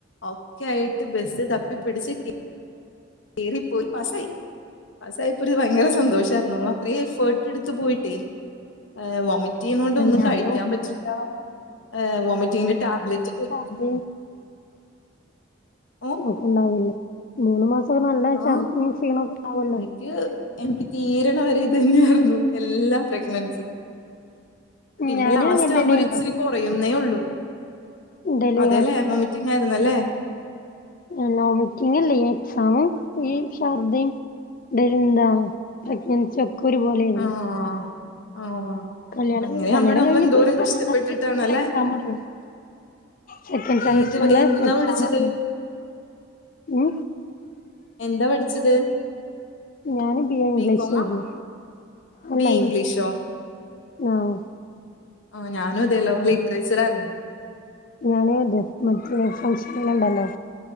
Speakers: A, on the left; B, on the left.
A: ഒക്കെ ആയിട്ട് ബസ്സ് തപ്പി പിടിച്ച് കിട്ട് കേറി പോയി പാസായി. പസായപ്പൊര് ഭയങ്കര സന്തോഷാര്ന്നു ന്നമ്മളത്രേം എഫേർട്ട്ട്ത്ത് പോയിട്ടേ. എഹ് വൊമിറ്റെയ്ണോണ്ട് ഒന്നും
B: ഞാനും
A: കഴിക്യാൻ പറ്റില്ല എ വൊമിറ്റിങ്ങിന്റെ ടാബ്ലറ്റ്കഴി
B: മ്.
A: ഓ
B: നോട്ടണ്ടാവില്ല മൂന്ന് മാസം നല്ല ശർദിം
A: ആഹ്
B: ക്ഷീണോക്കെണ്ടാവൊല്ലോ.
A: <unintelligible> എനിക്ക് തീര്ണ വരെ ഇതെന്നെയാര്ന്നു. എല്ലാ പ്രഗ്നൻസിം പിന്നെ
B: ഞാനും
A: ലാസ്റ്റാ
B: അങ്ങനെ
A: വുമ്പോര്
B: തന്നെയായിരുന്നു
A: ഇച്ചിരികൊ റയ്യുന്നേ ഒള്ളൂ
B: ഡെലി
A: അതെലെ വൊമിറ്റിങ്ങ് ആയിരുന്നല്ലേ?
B: എനോമിറ്റിങ്ങല്ലേ ഈ എക്സാമും ഈ ഷർദിം തെന്താ പ്രഗ്നൻസി ഒക്കെ ഒര് പോലെര്ന്നു.
A: ആഹ് ആഹ്.
B: കല്യാണം
A: അങ്ങനെയാകുമ്പോ
B: കയ്ഞ്ഞ് കല്യാണം
A: നമ്മൾ
B: കയ്ഞ്ഞ്
A: എന്തോരം
B: പൈന്നാലാന്തി
A: കഷ്ടപ്പെട്ടിട്ടാണല്ലേ
B: കൂടെഎക്സാം മോടങ്ങി. സെക്കൻ് സെമസ്റ്റർന്റെ
A: ഏത് എന്തുന്നാ
B: എക്സാമോട്ങ്ങി.
A: പഠിച്ചത്
B: മ്.
A: എന്താ പഠിച്ചത്?
B: ഞാന് ബി എ ഇംഗ്ലീഷ്ര്ന്നു
A: ബികോമാ
B: അല്ലല്ല
A: ബി എ ഇംഗ്ലീഷോ
B: ആഹ്.
A: ആ ഞാനും അതേല്ലോ ലിറ്ററേച്ചർ ആയിരുന്നു
B: ഞാനും അതെ മറ്റേ ഫംഗഷണൽ ഉണ്ടല്ലോ